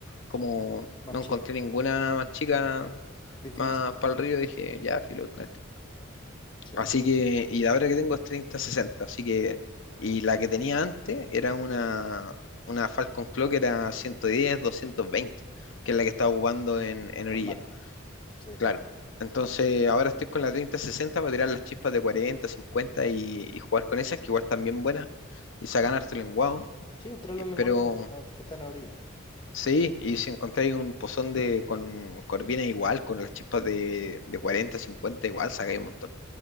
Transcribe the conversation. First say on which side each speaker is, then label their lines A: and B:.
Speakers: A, on the left; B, on the left.
A: como
B: más
A: no encontré
B: chico.
A: ninguna más chica
B: Difícil.
A: más para el río, dije, ya, filo voy con esta.
B: Sí.
A: Así que, y la otra que tengo es 30 sesenta así que, y la que tenía antes era una, una Falcon Clock que era ciento diez doscientos veinte que es la que estaba
B: Ya.
A: ocupando en, en orilla.
B: Al mar. Sí,
A: Claro. Entonces, ahora estoy con la 3060 para tirar las chispas de 40, 50 y, y jugar con esas, que igual también buenas, y sacan
B: claro.
A: harto lenguado.
B: Sí, usted habla
A: Eh,
B: lenguadito,
A: Pero
B: la que está en la orilla.
A: sí, y si encontráis un pozón de, con corvina igual, con las chispas de, de 40, 50 igual, sacáis un montón.